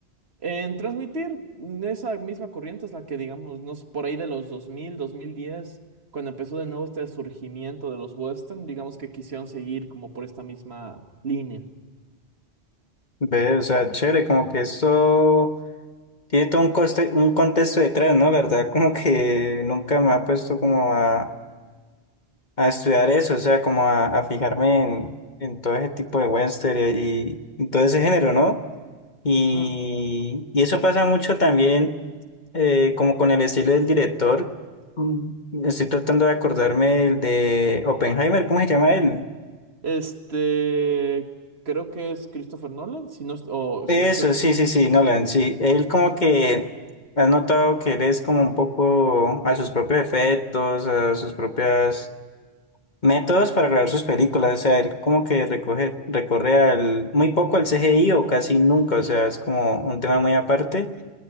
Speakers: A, on the right; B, on the left.
A: en transmitir, esa misma corriente es la que, digamos, no sé, por ahí de los dos dos mil dos mil diez cuando empezó de nuevo este surgimiento de los western, digamos que quisieron seguir como por esta misma línea.
B: ve, o sea, chévere, como que esto tiene todo un coste, un contexto detrás, ¿no? La verdad, como que nunca me ha puesto como a, a estudiar eso, o sea, como a, a fijarme en, en todo ese tipo de western y, y todo ese género, ¿no? Y,
A: Mm.
B: y eso pasa mucho también eh, como con el estilo del director. Mm, Estoy tratando de acordarme del de Oppenheimer, ¿cómo se llama él?
A: Este, creo que es Christopher Nolan, si no, est- o
B: Eso,
A: si no estoy...
B: sí, sí, sí, Nolan, sí. Él como que has notado que él es como un poco a sus propios efectos, a sus propias métodos para grabar sus películas. O sea, él como que recoge, recorre al, muy poco al CGI o casi nunca. O sea, es como un tema muy aparte.